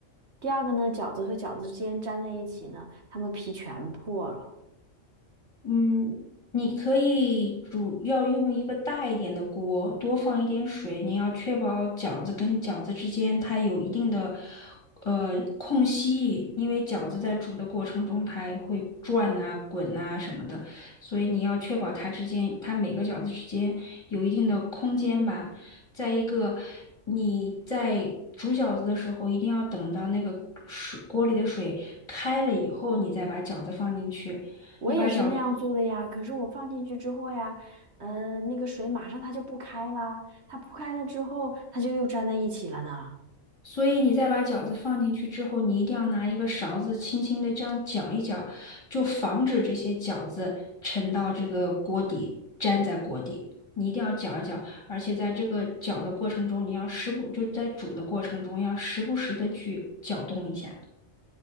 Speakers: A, on the right; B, on the left.
A: 第二个呢，饺子和饺子之间粘在一起呢，它们皮全破了。
B: 嗯，你可以主要用一个大一点的锅，多放一点水。你要确保饺子跟饺子之间它有一定的呃空隙，因为饺子在煮的过程中它会转呐、滚呐、什么的，所以你要确保它之间，它每个饺子之间有一定的空间吧。再一个，你在煮饺子的时候，一定要等到那个水锅里的水开了以后，你再把饺子放进去。
A: 我也是那样做的呀，
B: 你把饺
A: 可是我放进去之后呀，呃，那个水马上它就不开啦，它不开了之后，它就又粘在一起了呢。
B: 所以你再把饺子放进去之后，你一定要拿一个勺子轻轻的这样搅一搅，就防止这些饺子沉到这个锅底，粘在锅底。你一定要搅一搅，而且在这个搅的过程中，你要时不，就在煮的过程中，要时不时的去搅动一下。